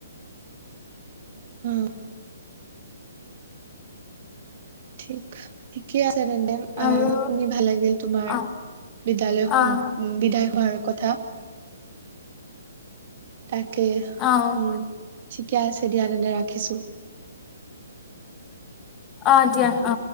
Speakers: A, on the right; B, on the left.
A: হম। ঠিক ঠিকে আছে তেন্তে, আ
B: আৰু
A: শুনি ভাল লাগিল তোমাৰ
B: অ',
A: বিদ্যালয় খন,
B: অ',
A: বিদায় হোৱাৰ কথা, তাকে,
B: অ',
A: উম, ঠি ঠিকে আছে দিয়া তেন্তে ৰাখিছোঁ।
B: অ দিয়া অ।